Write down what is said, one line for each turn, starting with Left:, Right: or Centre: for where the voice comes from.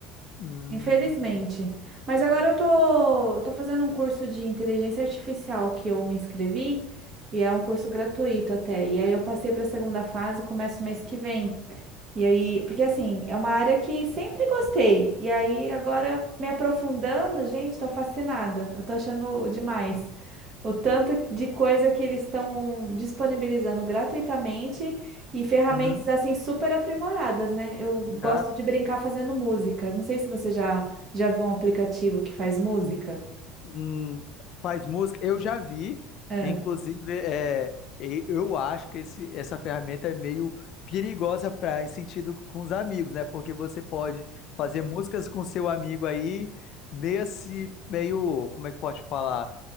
Left: Hum,
Right: Infelizmente. Mas agora eu tô, tô fazendo um curso de inteligência artificial que eu me inscrevi e é um curso gratuito até. E aí eu passei para a segunda fase, começo mês que vem. E aí, porque assim, é uma área que sempre gostei. E aí, agora me aprofundando, gente, tô fascinada. Eu tô achando demais. O tanto de coisa que eles estão disponibilizando gratuitamente e ferramentas
Left: uhum.
Right: assim super aprimoradas, né? Eu gosto
Left: Cara,
Right: de brincar fazendo música. Não sei se você já já viu um aplicativo que faz música.
Left: hum. Hum, faz música. Eu já vi,
Right: Ah,
Left: inclusive, é, e- eu acho que esse, essa ferramenta é meio perigosa para em sentido com os amigos, né? Porque você pode fazer músicas com seu amigo aí, meio se, meio, como é que pode falar?